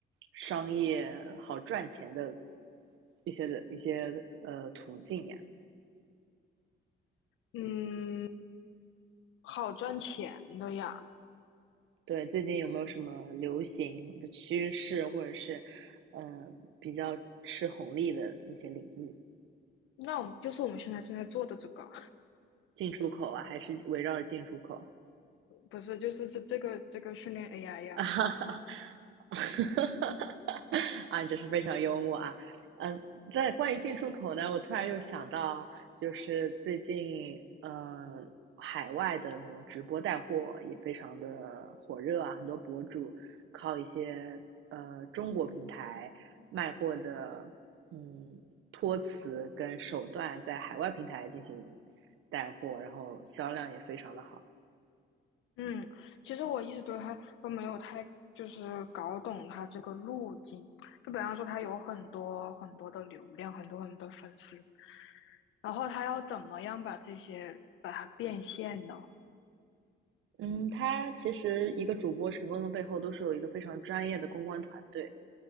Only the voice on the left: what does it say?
嗯，好赚钱的呀。
那我们就是我们现在正在做的这个，
不是，就是这这个这个训练 AI 呀。
嗯，其实我一直对它都没有太就是搞懂它这个路径。就比方说，它有很多很多的流量，很多很多粉丝，然后它要怎么样把这些把它变现呢？